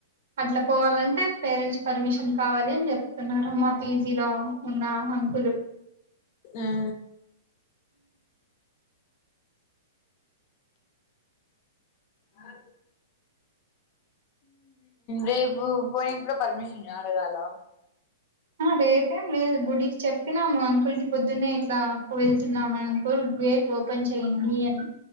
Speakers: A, on the right (about 70°); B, on the left (about 45°).
A: అట్ల పోవాలంటే పేరెంట్స్ పర్మిషన్ కావాలి అని చెప్తున్నారు అమ్మ పీజీలో ఉన్న అంకులు
B: ఉమ్ ఆ రేపు పోయినా కూడా పర్మిషన్ అడగాలా
A: ఆ రేపేం లేదు గుడికి చెప్ప చెప్పినాము అంకుల్ కి పొద్దున్న ఇట్లా వెళ్తున్నాం అంకుల్ గేట్ ఓపెన్ చేయండి అని